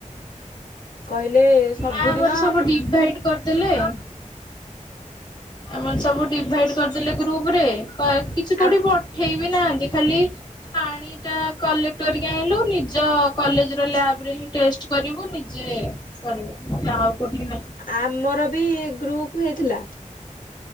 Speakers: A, on the left; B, on the left.
A: କହିଲେ ସବୁଦିନ
B: ଆ ଆମର ସବୁ ଡିଭାଇ <unintelligible> କରିଦେଲେ ହଁ ଆ ସବୁ ଡିଭାଇଡ୍ କରିଦେଲେ ଗ୍ରୁପ ରେ କିଛି କୋଉଠି
A: ଆମ୍
B: ପଠେଇ ବିି ନାହାନ୍ତି ଖାଲି ପାଣି ଏଟା କଲେକ୍ଟ କରିକି ଆଇଁଲୁ ନିଜ କଲେଜେ ର ଲ୍ୟାବ୍ ରେ ହି ଟେଷ୍ଟ କରିବୁ ନିଜେ। ସରି ମତେ ଆଉ କୋଉଠିକି ନାଇଁ।
A: ଆମର ବି ଗ୍ରୁପ ହେଇଥିଲା।